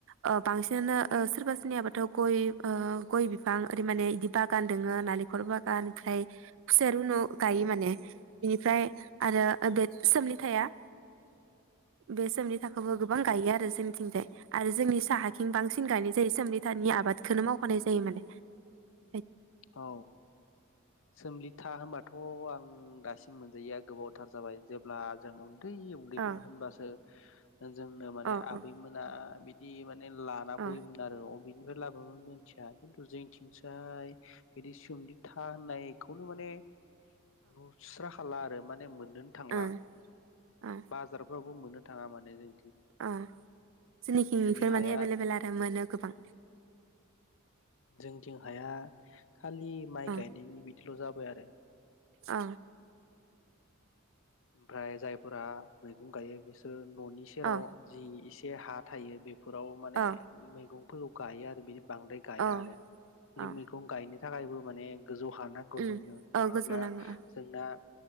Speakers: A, on the right; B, on the left.
A: ओ बांसिनानो सोरबा सोरनियाबाथ' गय ओ गय बिफां ओरै माने बिदि बागान दोंङो नालेंखल बागान ओमफ्राय खुसेर रुनु गायो माने बिनिफ्राय आरो
B: उम
A: बे सोमलि थाया? बे समनि थाखोबो गोबां गायो आरो जोंनिथिंजाय आरो जोंनि साहाथिं बांसिन गायनाय जायो सोमलि थानि आबादखौनो मावखानाय जायो माने ।
B: औ। सोमलि था होनबाथ आं दासिम मोनजायया गोबावथार जाबाय जेब्ला जों उन दै उन्दैमोन
A: अ
B: होनबासो जोंनो माने
A: अ
B: आबैमोना
A: अ
B: बि इबा नै लाना
A: अ
B: फैयोमोन आरो अ बिनिफ्राय लाबाबाबो मिथिया खिन्थु जोंथिंजाय बिदि सोमलि था होननायखौनो माने नुस्रा खालार माने मोन नोन थांला
A: अ ओ ओ
B: बाजारफ्राव खौ मोननो थाङा माने जों
A: ओ जोंनिखिं इफोर
B: हाया
A: माने एभेलेबेल आरो मोनो गोबां।
B: जोंथिं हाया खालि माइ
A: अ
B: गायनायनि बिदिल जाबाय आ <unintelligible>
A: अ।
B: ओमफ्राय जायफोरा मैगं गायो बिसोर ननि सेराव
A: अ
B: जि इस से हा थायो बे फोराव माने
A: अ
B: मैगं फोरखौ गायो आरो बिदिब बांद्राय गाया
A: अ
B: आरो बिदि
A: अ
B: मैगं गायनो थाखायबो माने गोजौ हा नांगौ
A: उम
B: जोंनो नङाब्ला
A: औ गोजौ नांगौ अ
B: जोंना